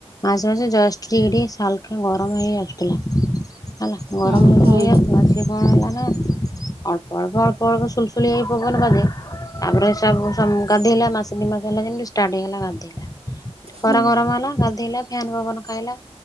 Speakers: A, on the left; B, on the right.
A: ମାସେ ମାସେ ଜଷ୍ଟେ ଶାଲ ଆ ଗରମ ହେଇ ଆସୁଥିଲା ହେଲା ଗରମ
B: ହୁଁ
A: ଲର
B: ହୁଁ
A: ହେଇ ଆସୁଥିଲା ସିଏ କଣ ହେଲା ନା ଅଳ୍ପ ଅଳ ଅଳପ ଅଳ ସୁୁଲସୁଲି ଆଇପ କ ବାଜେ ତାପରେ ସବୁ ଗାଧୋଇଲା ମାସ ଦି ମାସ ହେଲା ଯେମିତି ଷ୍ଟାର୍ଟ ହେଇଗଲା ଗାଧେଇଲା ଖରା
B: ହୁଁ
A: ଗରମ ହେଲା ଗାଧେଇଲା ଫାନ ପବନ ଖାଇଲା